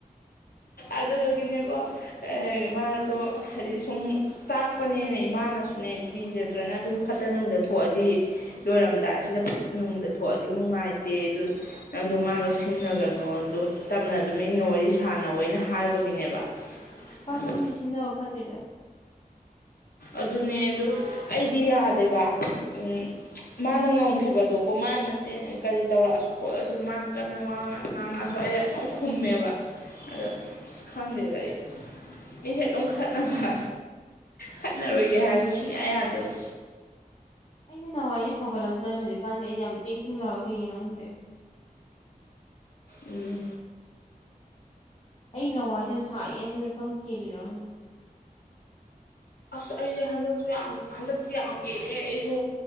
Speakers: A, on the left; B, on the left.
A: ꯑꯗꯨꯗꯨꯒꯤꯅꯦꯀꯣ ꯑꯦ
B: ꯎꯝ
A: ꯃꯥꯗꯣ ꯍꯥꯏꯗꯤ ꯁꯨꯝ ꯆꯥꯛꯄꯅꯦꯅꯦ ꯏꯃꯥꯅꯁꯨꯅꯦ ꯀꯤꯖꯗ꯭ꯔꯅ ꯑꯗꯨꯝ ꯐꯠꯇ ꯅꯨꯡꯗ ꯊꯣꯛꯑꯗꯤ ꯂꯣꯏꯔꯝꯗꯥꯏꯁꯤꯗ ꯐꯠꯇ ꯅꯨꯡꯗ ꯊꯣꯛꯑꯗꯤ ꯅꯨꯡꯉꯥꯏꯇꯦ ꯑꯗꯨ ꯅꯪꯗꯣ ꯃꯥꯒ ꯁꯤꯡꯅꯒꯅꯣ ꯑꯗꯨ ꯇꯞꯅ ꯑꯗꯨꯝ ꯏꯪꯅ ꯋꯥꯔꯤ ꯁꯥꯟꯅꯧꯋꯣꯢꯅ ꯍꯥꯏꯕꯒꯤꯅꯦꯕ
B: ꯅꯨꯄꯥꯥ
A: ꯑꯗꯣ
B: ꯈꯨꯗꯤꯡꯒꯤ ꯁꯤꯡꯅꯕ ꯐꯠꯇꯦꯗ
A: ꯑꯗꯨꯅꯦ ꯑꯗꯨ ꯑꯩꯗꯤ ꯌꯥꯗꯦꯕ ꯎꯝ ꯃꯥꯅ ꯉꯝ ꯈꯤꯕꯗꯣꯀꯣ ꯃꯥꯅ ꯃꯆꯤꯟ ꯀꯔꯤ ꯇꯧꯔꯛꯑꯁꯨ ꯈꯣꯠꯂꯁꯨ ꯃꯥꯅ ꯀꯟꯅ ꯋꯥꯉꯥꯡ ꯉꯥꯡꯉꯛꯑꯁꯨ ꯑꯩ ꯑꯗꯨꯝ ꯈꯨꯝ ꯃꯦꯕ ꯑꯗꯨ ꯑꯁ ꯈꯪꯗꯦꯗ ꯑꯩ ꯃꯤꯁꯦ ꯑꯗꯨꯝ ꯈꯠꯅꯕ ꯈꯠꯅꯔꯣꯏꯒꯦ ꯍꯥꯏꯔꯁꯨ ꯁꯨꯡꯌꯥ ꯌꯥꯗꯦꯕ
B: ꯑꯩꯖꯦ ꯅꯍꯥꯟꯋꯥꯏꯖꯦ ꯁꯥꯎꯒꯜꯂꯝꯗꯝꯅꯦ ꯍꯧꯖꯤꯛꯀꯥꯟꯗꯤ ꯑꯩ ꯌꯥꯝ ꯄꯤꯡ ꯄꯤꯡ ꯂꯥꯎꯋꯦ ꯀꯩꯒꯤꯅꯣ ꯈꯪꯗꯦ
A: ꯎꯝ
B: ꯑꯩ ꯂꯋꯥꯏꯖꯦ ꯌꯥꯝ ꯁꯥꯏꯌꯦ ꯑꯗꯨꯅ ꯁꯝ ꯀꯦꯜꯂꯤꯔ ꯈꯪꯗꯦ
A: ꯑꯁ ꯑꯩꯖꯦ ꯍꯟꯗꯛꯁꯨ ꯌꯥꯝ ꯍꯟꯗꯛꯇꯤ ꯌꯥꯝ ꯀꯦꯜꯂꯦ ꯑꯩꯁꯨ